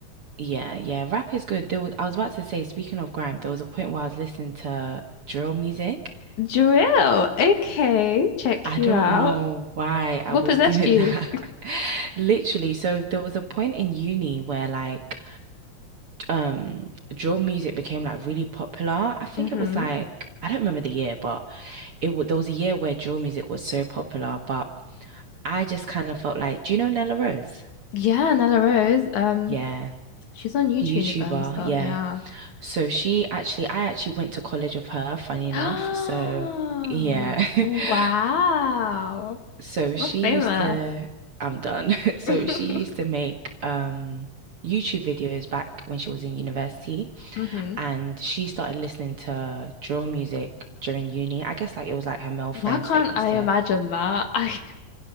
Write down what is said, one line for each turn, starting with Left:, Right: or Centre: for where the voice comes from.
Right: yeah, yeah, rap is good. There was I was about to say, speaking of grime, there was a point where I was listening to drill music.
Left: Drill. Okay, check
Right: I
Left: you
Right: don't
Left: out.
Right: know why I
Left: What
Right: was
Left: possessed
Right: doing
Left: you?
Right: that. <laughs> Literally, so there was a point in uni where like um drill music became like really popular. I think
Left: <laughs> hmm
Right: it was like I don't remember the year, but it w there was a year where drill music was so popular, but I just kind of felt like, do you know Nella Rose?
Left: Yeah, Nella Rose. Um,
Right: Yeah.
Left: she's on YouTube
Right: YouTuber,
Left: and stuff.
Right: yeah.
Left: Yeah.
Right: So she actually, I actually went to college with her, funny enough.
Left: <gasps>
Right: So yeah. <laughs>
Left: Oh, wow.
Right: So she
Left: We're famous.
Right: used to, I'm done. <laughs> So
Left: <laughs>
Right: she used to make um YouTube videos back when she was in university
Left: hmm
Right: and she started listening to drill music during uni. I guess like it was like her male
Left: Why
Right: friends
Left: can't
Right: that used
Left: I imagine
Right: to
Left: that? <laughs> I